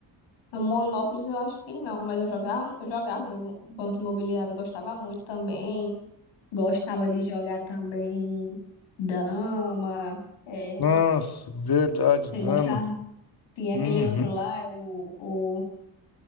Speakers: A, on the left; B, on the left.
A: O Monópolis eu acho que não, mas eu jogava, eu jogava jogo- Banco Imobiliário, eu gostava muito também. Gostava de jogar também dama. É...
B: Nossa, verdade,
A: Você
B: dama.
A: gostava? Tinha
B: Uhum.
A: aquele outro lá, é o, o...